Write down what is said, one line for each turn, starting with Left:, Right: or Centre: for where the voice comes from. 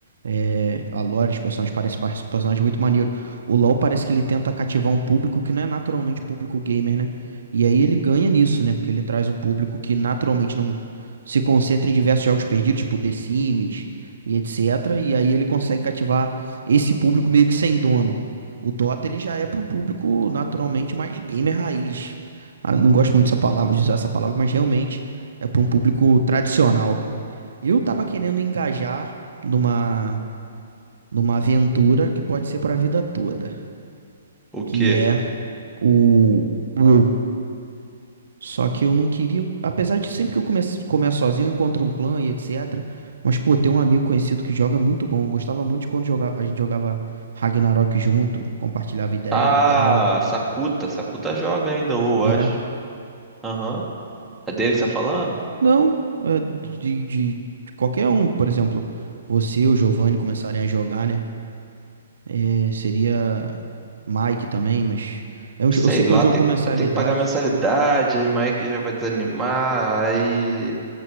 Right: É, a lore, os personagens parecem par- personagens muito maneiro. O LoL parece que ele tenta cativar um público que não é naturalmente público gamer, né? E aí ele ganha nisso, né? Porque ele traz um público que naturalmente não se concentra em diversos jogos perdidos, tipo The Sims e etc. E aí ele consegue cativar esse público meio que sem dono. O Dota ele já é para um público naturalmente mais gamer raiz. Ah, não gosto muito dessa palavra, de usar essa palavra, mas realmente é para um público tradicional. Eu tava querendo engajar numa, numa aventura que pode ser para a vida toda,
Centre: O
Right: que
Centre: quê?
Right: é o WoW. Só que eu não queria, apesar de sempre que eu começo, começo sozinho, eu encontro um clã e etc. Mas, pô, tem um amigo conhecido que joga é muito bom. eu Gostava muito de quando jogava, a gente jogava Ragnarok junto, compartilhava ideia
Centre: Ah,
Right: e tal.
Centre: Sakuta. Sakuta joga ainda, ou
Right: né?
Centre: acho. Aham. É dele que você tá falando?
Right: Não, é de, de- de qualquer um, por exemplo, você ou o Giovanni começarem a jogar, né? É, seria Mike também, mas é um jo-
Centre: Não Sei
Right: eu sei
Centre: lá,
Right: que é um jogo
Centre: tem,
Right: com mensalidade.
Centre: tem que pagar mensalidade, aí Mike já vai desanimar, aí